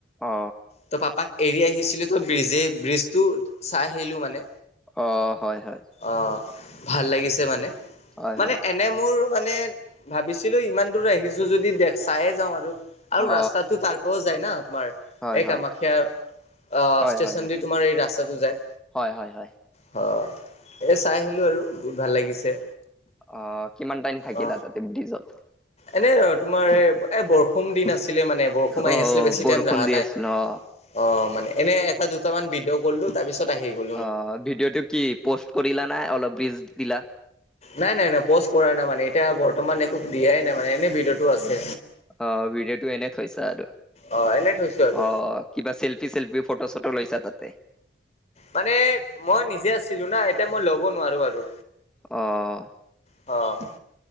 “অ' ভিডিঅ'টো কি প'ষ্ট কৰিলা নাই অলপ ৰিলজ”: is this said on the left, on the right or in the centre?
Centre